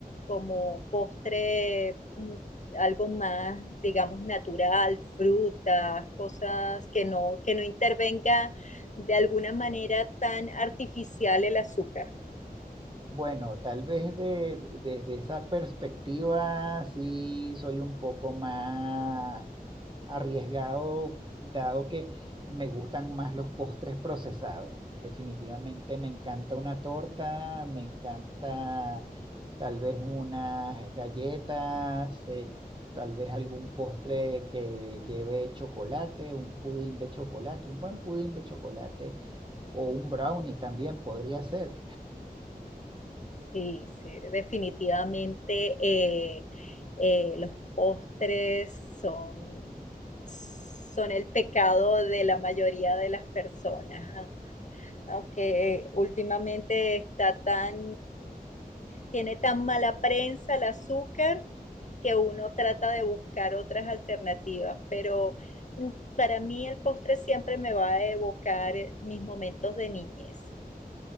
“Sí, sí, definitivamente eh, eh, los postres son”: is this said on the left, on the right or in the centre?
Left